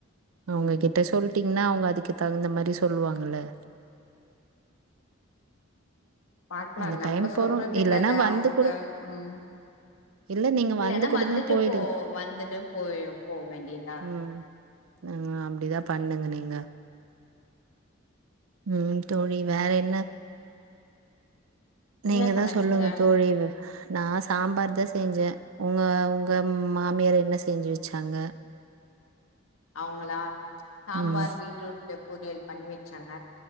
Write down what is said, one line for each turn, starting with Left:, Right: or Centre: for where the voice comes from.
Right: அவுங்ககிட்ட
Left: ம்
Right: சொல் ட்டீங்னா அவுங்க அதுக்கு தகுந்த மாரி சொல்வாங்கல்ல
Left: பாக்கலா
Right: அந்த
Left: நம்ம
Right: டைம் போறோ
Left: சொல்றது
Right: இல்லனா
Left: இல்லல்ல
Right: வந்து
Left: அவங்க
Right: கூட
Left: ம்
Right: இல்ல நீங்க
Left: இல்லன்னா
Right: வந்து கூட
Left: வந்துட்டு
Right: தா போயி
Left: போ வந்துட்டு போய் போ வேண்டியதா
Right: ம் நீங்க அப்டிதா பண்ணுங்க நீங்க ம் தோழி வேற என்ன நீங்க
Left: என்ன
Right: எதோ
Left: சமைச்சீங்க
Right: சொல்லுங்க தோழி நா சாம்பாரு தா செஞ்சே உங்க உங்க மாமியாரு யென்ன செஞ்சு வெச்சாங்க
Left: அவுங்களா சாம்பார்
Right: ம்
Left: பீட்ரூட்ல பொரியல் பண்ணி வெச்சாங்க